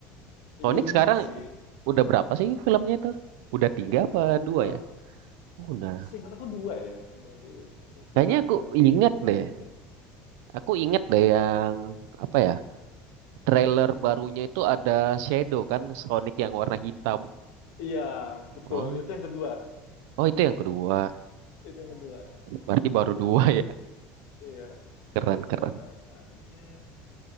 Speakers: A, on the right; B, on the left.
A: Sonic
B: unik
A: sekarang
B: sih
A: udah berapa sih filmnya tuh? Udah tiga
B: yang
A: apa
B: kedua
A: dua ya? Oh, udah.
B: Seingat aku 2 ya, baru ya. Tapi
A: Kayaknya
B: nggak
A: aku
B: tahu
A: inget
B: udah yang ketiga
A: deh.
B: udah ya.
A: Aku inget deh yang apa ya? Trailer barunya itu ada Shadow kan, Sonic yang warna hitam.
B: Iya, betul.
A: Oh,
B: Itu yang kedua.
A: oh itu yang kedua.
B: Itu yang kedua.
A: Berarti baru
B: Eh, Yang
A: dua ya.
B: iya,
A: Keren
B: yang
A: keren.
B: pertamanya.